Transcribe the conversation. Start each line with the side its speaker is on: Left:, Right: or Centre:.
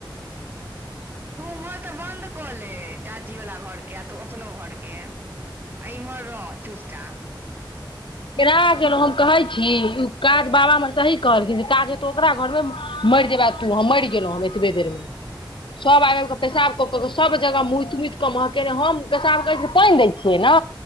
Right: तू उम्हर तऽ बन्द कऽ ले चाची बाला घर के आ तू अपनो घर के एहि म रह चुप चाप
Left: केना कलहुँ हम कहै छी ओ काज बाबा हमर सही कहलखिन काज हेतौ ओकरा घरमे मरि जेबै तू मरि गेलो हम एतबे देर मे सभ आबि आबि कऽ पेशाब कऽ कऽ के सभ जगह मुइत मुइत कऽ महकेने हम पेशाब करै छिए तऽ पानि दै छियै ने